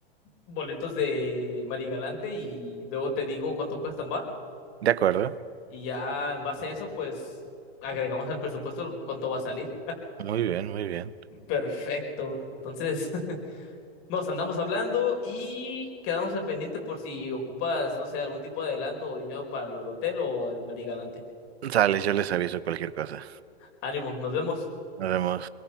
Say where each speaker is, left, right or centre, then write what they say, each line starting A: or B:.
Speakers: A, on the left; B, on the right.
A: boletos de Marigalante y luego te digo cuánto cuestan, ¿va?
B: ¿De acuerdo?
A: Y ya en base a eso, pues agregamos al presupuesto cuánto va a salir.
B: Muy bien, muy bien.
A: Perfecto. Entonces, <laughs> nos andamos hablando y quedamos al pendiente por si ocupas, no sé, algún tipo de adelanto o dinero para lo del hotel o el Marigalante.
B: Sale, yo les aviso cualquier cosa.
A: Ánimo, nos vemos.
B: Nos vemos.